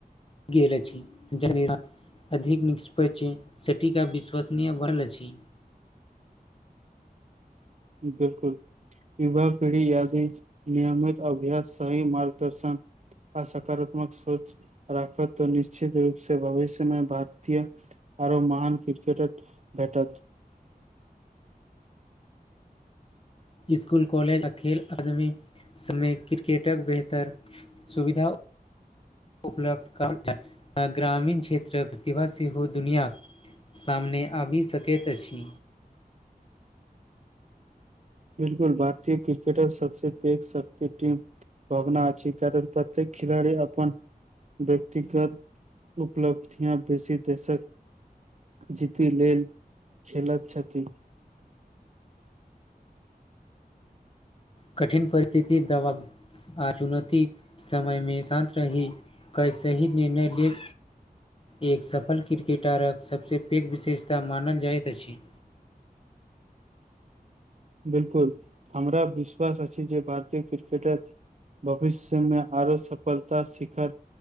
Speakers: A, on the left; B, on the right.
A: गेल अछि <unintelligible> अधिक निष्प छै सेटीका विश्वसनीय बढ़ल अछि
B: बिलकुल यवा पीढ़ी यादी नियमित अभ्यास सही मार्गदर्शन आ सकारात्मक सोच राखत तऽ निश्चित रूप से भविष्यमे भारतीय आरो महान क्रिकेटर भेटत
A: स्कूल कॉलेज आ खेल अदमी सममे क्रिकेटक बेहतर सुविधा उपलब्ध कर ग्रामीण क्षेत्र प्रतिभाशी सेहो दुनिया सामने आबि सकैत अछि
B: बिलकुल भारतीय क्रिकेटर सबसे पैघ टीम भावना अछि कारण प्रत्येक खिलाड़ी अपन व्यक्तिगत उपलब्धिया बेसी देशक जीति लेल खेलत छथि
A: कठिन परिस्थिति दबा आ चुनौती समय मे शान्त रही कई शहीद निर्णय लेल एक सफल क्रिकेटरक सबसँ पैघ विशेषता मानल जाइत अछि
B: बिलकुल हमरा विश्वास अछि जे भारतीय क्रिकेटर भविष्यमे आरो सफलता शिखर